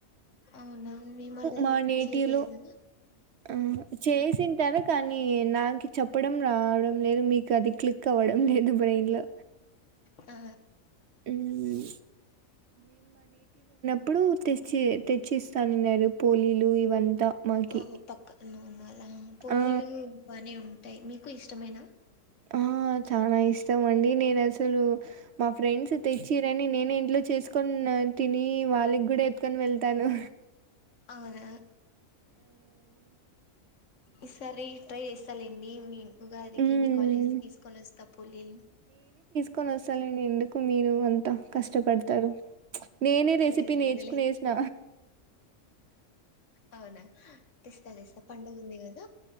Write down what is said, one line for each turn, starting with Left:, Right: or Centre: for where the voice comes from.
Left: అవునా మేము అలా
Right: మా
Left: ఏం
Right: నేటివ్లో
Left: చేయలేదు
Right: ఆ చేసింటరు కానీ నాకు చెప్పడం రావడం లేదు మీకు అది క్లిక్ అవ్వడం లేదు బ్రెయిన్ లో
Left: ఆ
Right: మ్మ్ ఇప్పుడు తెచ్చి తెచ్చి ఇస్తాన్నారు పోలీలు ఇవంతా మాకి
Left: ఓ పక్క నోనల్ ఆ పోొలలు
Right: ఆ
Left: బానే ఉ టాయి మీకు ఇష్టమేనా
Right: ఆ చనా ఇ ఇష్టమండి నేను అసలు మా ఫ్రెండ్స్ తెచ్చిరని నేనే లు చేసు కొని తిని వాళ్ళికి కూడా ఎత్తుకొని వెళ్తు తను
Left: అవునా ఈసారి ట్రై చేస్తాాలండి మీ ఉగా అదికి
Right: హ్మ్.
Left: మీ కాలేజ్ కి తీసుకొ వస్తా తపోలి
Right: కొన వసాలండి ఎందుకు మీరు కష్టపడతారు నేనే రెసిపీ
Left: లేదు లేదులే
Right: నేర్చుకునే వసిన
Left: అవునా తెస్తా తెస్తా పండగందిీగాద